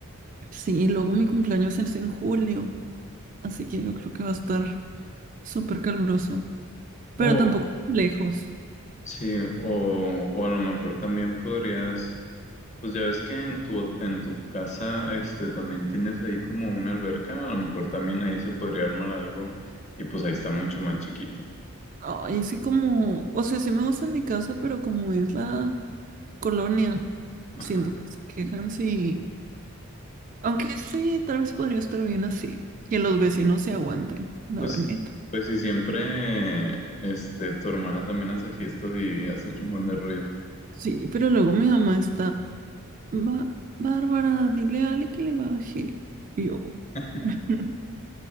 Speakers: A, on the right; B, on the left.
A: Sí, y luego mi cumpleaños es en julio, así que yo creo que va a estar súper caluroso. pero
B: O
A: tampoco tan lejos.
B: Sí, o, o a lo mejor también podrías, pues ya ves que en tu, en tu casa este, también tienes ahí como una alberca, a lo mejor también ahí se podría armar algo y pues ahí está mucho más chiquito.
A: Ay, sí como, o sea, sí me gusta mi casa, pero como es la colonia,
B: Ajá.
A: siento que se quejan si, aunque sí, tal vez podría estar bien así, que los vecinos se aguanten, la
B: Pues,
A: verdad.
B: pues si siempre este, tu hermana también hace fiestas y <laughs> hace un buen de ruido.
A: Sí, pero luego mi mamá está, "Ba- Bárbara, dile a Ale que le baje. Y yo,
B: <laughs>
A: <laughs>